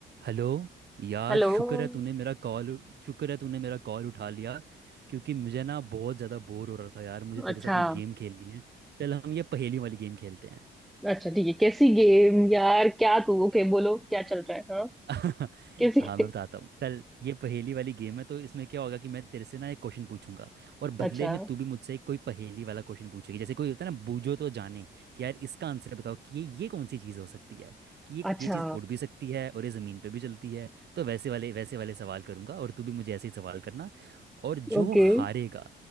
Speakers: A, on the right (about 55°); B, in the centre.
A: Hello यार
B: Hello
A: शुक्र है तूने मेरा कॉल शुक्र है तूने मेरा कॉल उठा लिया क्योंकि मुझे ना बहुत ज़्यादा बोर हो रहा था यार मुझे तेरे
B: अच्छा
A: साथ एक गेम खेलनी है चल हम ये पहेली वाली गेम खेलते हैं
B: अच्छा ठीक है कैसी गेम यार क्या तू ओके बोलो क्या चल रहा है हाँ
A: <laughs>
B: कैसी
A: हाँ
B: game?
A: मैं बताता हूँ चल ये पहेली वाली गेम है तो इसमें क्या होगा कि मैं तेरे से ना एक क्वेश्चन पूछूंगा और
B: अच्छा
A: बदले में तू भी मुझसे कोई पहेली वाला क्वेश्चन पूछेगी जैसे कोई होता है ना बूझो तो जाने कि यार इसका आंसर बताओ कि ये ये कौन सी चीज़ हो सकती है कि ये
B: अच्छा
A: ये चीज़ उड़ भी सकती है और ये ज़मीन पे भी चलती है तो वैसे वाले वैसे वाले सवाल करूंगा और तू भी मुझे ऐसे ही सवाल करना और जो
B: ओके
A: हारेगा